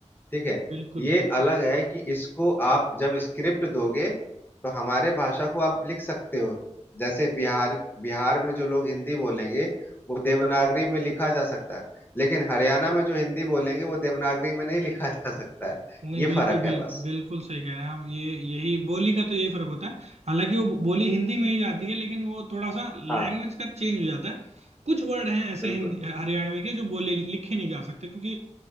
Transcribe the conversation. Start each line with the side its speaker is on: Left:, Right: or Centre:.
Left: ठीक है
Right: बिल्कुल
Left: ये
Right: बिल्कुल
Left: अलग है कि इसको आप जब स्क्रिप्ट दोगे तो हमारे भाषा को आप लिख सकते हो जैसे बिहार बिहार में जो लोग हिंदी बोलेंगे वो देवनागरी में लिखा जा सकता है लेकिन हरियाणा में जो हिंदी बोलेंगे वो देवनागरी में नहीं <laughs> लिखा जा सकता है
Right: नहीं
Left: ये
Right: बिल्कुल
Left: फर्क
Right: बिल्कुल
Left: है बस
Right: बिल्कुल सही कह रहे हैं आप ये यही बोली का तो यही फर्क होता है हालांकि वो बोली हिंदी में ही जाती है लेकिन वो थोड़ा सा लैंग्वेज
Left: हाँ
Right: का चेंज हो जाता है कुछ वर्ड हैं ऐसे
Left: बिल्कुल
Right: हिंदी हरियाणवी के जो बोले लिखे नहीं जा सकते क्योंकि